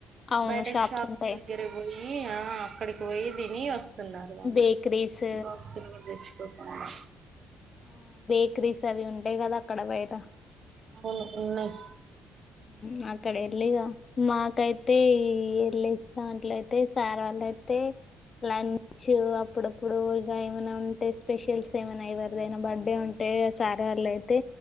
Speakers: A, on the left; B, on the right.
A: అవును
B: బయట షాప్స్
A: ఉంటాయి
B: దగ్గరకి పోయి ఆ అక్కడికి పోయి తిని వస్తున్నారు వాళ్ళు
A: బేకరీస్
B: బాక్సులు కూడా తెచ్ కోకుండా
A: ఆ బేకరీస్ అవి ఉంటాయి కదా అక్కడ బయట
B: అవును ఉన్నాయి
A: ఉమ్ అక్కడ వెళ్ళి మేకప్ <unintelligible> ఇంతలోపు సార్ వాళ్ళు వతే లంచ్ అప్పుడప్పుడు ఇక ఏమైనా ఉంటే స్పెషల్స్ ఏమైనా ఎవరిదైనా బర్డే ఉంటే వేరే సార్ వాళ్ళు అయితే